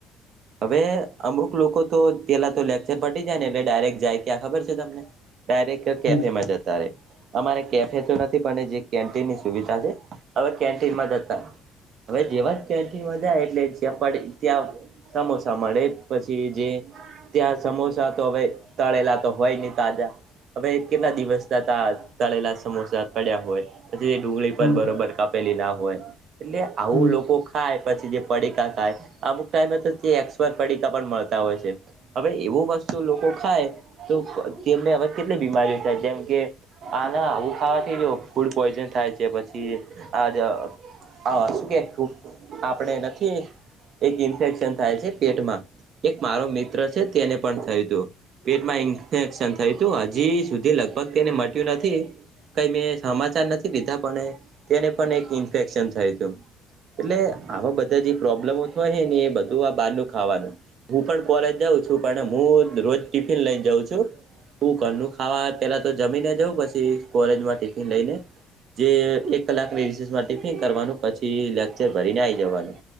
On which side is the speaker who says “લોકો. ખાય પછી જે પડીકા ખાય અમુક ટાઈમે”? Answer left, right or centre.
Right